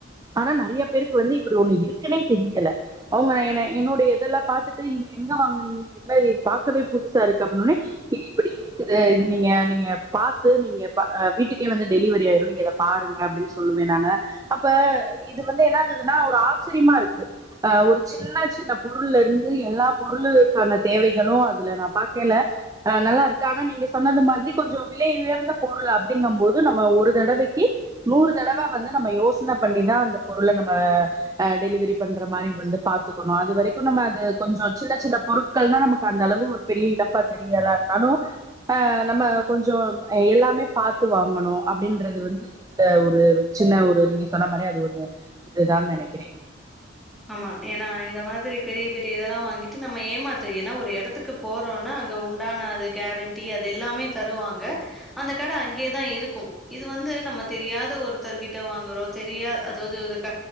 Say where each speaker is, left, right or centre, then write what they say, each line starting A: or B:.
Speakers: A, on the right; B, in the centre.
A: ஆனா நறையா பேருக்கு வந்து இப்படி ஒண்ணு இருக்குனே தெரியல அவுங்க என்ன என்னோடைய இதெல்லாம் பாத்துட்டு இது எங்க வாங்கனீங்க என்னது இது பாக்கவே புதுசா இருக்கு அப்படின்ன ஒன்னே இது இப்படி இருக்குது இது நீங்க நீங்க பாத்து நீங்க ப வீட்டுக்கே வந்து டெலிவரி ஆயிரும் நீங்க இத பாருங்க அப்டின் சொல்லுவேன் நானு அப்ப இது வந்து என்ன ஆகுதுன்னா ஒரு ஆச்சரியமா இருக்கு ஆ ஒரு சின்ன சின்ன பொருள் இருந்து எல்லா பொருளுக்கான தேவை. கும் அதுல நான் பாக்கைல ஆ நல்லா இருக்கு ஆனா நீங்க சொன்னது மாதிரி கொஞ்சம் விலை உயர்ந்த பொருள் அப்படிங்கபோது நம்ம ஒரு தடவைக்கு நூறு தடவ வந்து நம்ம யோசன பண்ணிதா அந்த பொருளை நம்ம ஆ டெலிவரி பண்ற மாரி வந்து பாத்துக்கணும் அது வரைக்கும் நம்ம அது கொஞ்சம் சின்ன சின்ன பொருட்கள் தான் நமக் கா அந்த அளவு ஒரு பெரிய இழப்பா தெரியலனாலு ஆ நம்ம கொஞ்சோ எல்லாமே பாத்து வாங்கணு அப்படின்றது வந்து இதுல ஒரு சின்ன ஒரு நீங்க சொன்ன மாரியே அது ஒரு இதுதான் நெனைக்கிறேன்
B: ஆமா ஏன்னா இந்த மாதிரி பெரிய பெரிய இதெல்லா வாங்கிட்டு நம்ம ஏமாத்து ஏன்னா ஒரு எடத்துக்கு போறோம்னா அங்க உண்டான அது கேரண்டி அது எல்லாமே தருவாங்க அந்த கட அங்கேதான் இருக்கும் இது வந்து நம்ம தெரியாத ஒருத்தர்கிட்ட வாங்கறோ தெரியா அதாவது ஒரு க